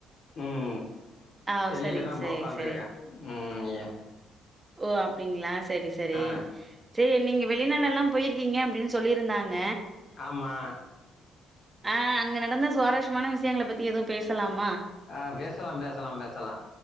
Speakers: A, on the left; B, on the right.
A: உம்
B: ஆ
A: வெளியில
B: சரிங்க
A: தா இப்ப
B: சரி
A: ஒக்காந்துருக்கே
B: சரி
A: உம்
B: ஓ அப்டிங்ளா சரி சரி
A: ஆ
B: சரி நீங்க வெளிநாடு எல்லா போயிருக்கீங்க அப்டின்னு சொல்லியிருந்தாங்க
A: ஆமா
B: ஆ அங்க நடந்த சுவாரஸ்யமான விஷயங்கள பத்தி எதுவு பேசலாமா
A: ஆ பேசலா பேசலா பேசலா